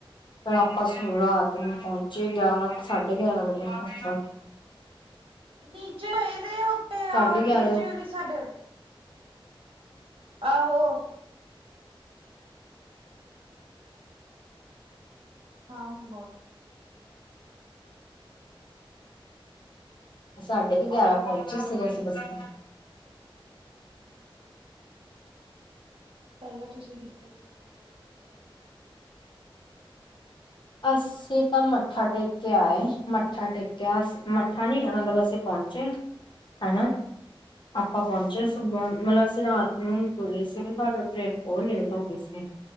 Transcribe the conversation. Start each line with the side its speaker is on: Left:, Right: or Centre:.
Left: ਫਿਰ ਆਪਾਂ ਸ ਰਾਤ ਨੂੰ ਪਹੁੰਚੇ ਗਿਆਰਾਂ ਸਾਢੇ ਗਿਆਰਾਂ ਵਜੇ ਆਪਾਂ।
Right: ਨੀਚੇ ਵਏਦੇ ਉੱਥੇ।
Left: ਸਾਢੇ ਗਿਆਰਾਂ।
Right: ਲੀ ਸਾਈਡ। ਆਹੋ। ਹਾਂ ਹੁਣ ਬਹੁਤ।
Left: ਸਾਢੇ ਕੁ ਗਿਆਰਾਂ ਪਹੁੰਚੇ ਸੀਗੇ ਅਸੀਂ ਰਸਤੇ।
Right: ਹਮ। ਪਹਿਲਾਂ ਤੁਸੀਂ ਕਿੱਥੇ ਗਏ ਸਕਦੇ ਹੋ ਸਭ ਤੋਂ ਪਹਿਲਾਂ?
Left: ਅਸੀਂ ਤਾਂ ਮੱਥਾ ਟੇਕ ਕੇ ਆਏ, ਮੱਥਾ ਟੇਕਿਆ, ਅ ਮੱਠਾ ਨਹੀਂ ਮਤਲਬ ਅਸੀਂ ਪਹੁੰਚੇ। ਹੈਨਾ। ਆਪਾਂ ਪਹੁੰਚੇ ਸੁਬਾਹ, ਮਤਲਬ ਅਸੀਂ ਰਾਤ ਨੂੰ ਤੁਰੇ ਸੀਗੇ, ਸਾਡੇ ਟ੍ਰੇਨ ਬਹੁਤ ਲੇਟ ਹੋ ਗਈ ਸੀ।